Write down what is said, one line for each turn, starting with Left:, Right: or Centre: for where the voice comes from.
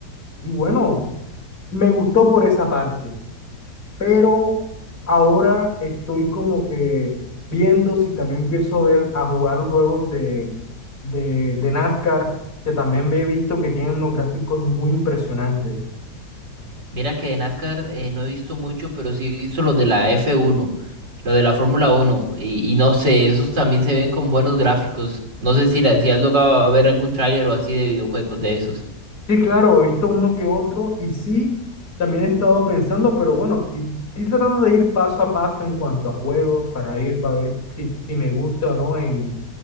Left: Y bueno, me gustó por esa parte, pero ahora estoy como que viendo si también empiezo a ver a jugar los juegos de, de, de NASCAR, que también me he visto que tienen unos gráficos muy impresionantes.
Right: Mira que de NASCAR eh, no he visto mucho, pero sí he visto lo de la F1, lo de la Fórmula 1, y, y no sé, esos también se ven con buenos gráficos. No sé si, la- si has logrado a ver algún tráiler o así de videojuegos de esos.
Left: Sí, claro, he visto uno que otro y sí, también he estado pensando, pero bueno, estoy, estoy tratando de ir paso a paso en cuanto a juegos para ir, para ver si, si me gusta o no, en